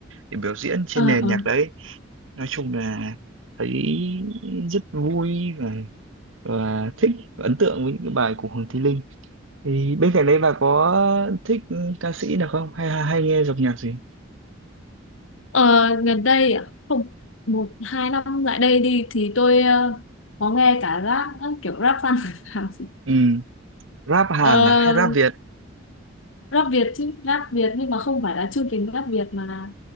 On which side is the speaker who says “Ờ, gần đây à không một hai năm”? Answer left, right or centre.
Left